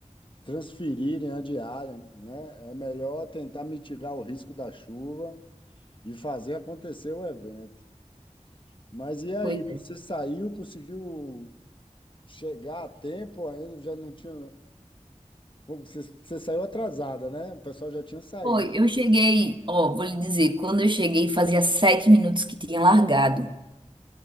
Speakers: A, on the left; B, on the right.
A: transferirem, adiarem, né? É melhor tentar mitigar o risco da chuva e fazer acontecer o evento. Mas e aí,
B: pois é.
A: você saiu, conseguiu chegar a tempo ainda? Já não tinha. Como Você, você saiu atrasada, né? O pessoal já tinha saído.
B: Foi, eu cheguei, ó, vou lhe dizer, quando eu cheguei fazia sete minutos que tinha largado.